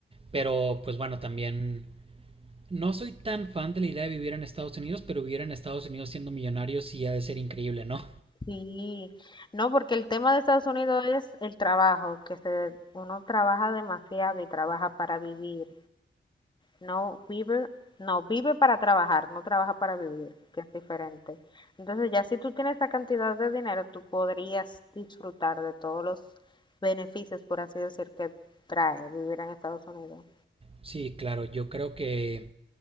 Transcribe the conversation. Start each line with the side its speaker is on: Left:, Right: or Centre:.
Right: Pero pues bueno, también no soy tan fan de la idea de vivir en Estados Unidos, pero vivir en Estados Unidos siendo millonario sí ha de ser increíble, ¿no?
Left: Sí, no, porque el tema de Estados Unidos es el trabajo, que se, uno trabaja demasiado y trabaja para vivir. No vive, no vive para trabajar, no trabaja para vivir, que es diferente. Entonces, ya si tú tienes esa cantidad de dinero, tú podrías disfrutar de todos los beneficios, por así decir, que trae vivir en Estados Unidos.
Right: Sí, claro, yo creo que